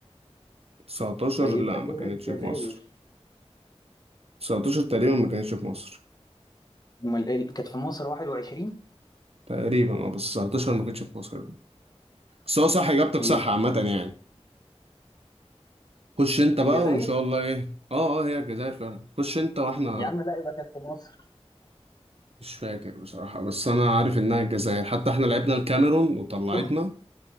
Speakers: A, on the right; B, on the left.
A: 19
B: فيبقى
A: لا
B: كده
A: ما كانتش
B: الجزائر
A: في مصر 19 تقريبا ما كانتش في مصر
B: أمال إيه اللي كانت في مصر 21
A: تقريبا اه بس 19 ما كانتش في مصر بس هو صح إجابتك
B: يبقى
A: صح عامة يعني خش أنت بقى
B: الجزائر
A: وإن شاء الله إيه اه اه هي الجزائر فعلا خش أنت وإحنا
B: يا عم لا يبقى كانت في مصر
A: مش فاكر بصراحة بس أنا عارف إنها الجزائر حتى إحنا لعبنا الكاميرون وطلعتنا
B: <laughs>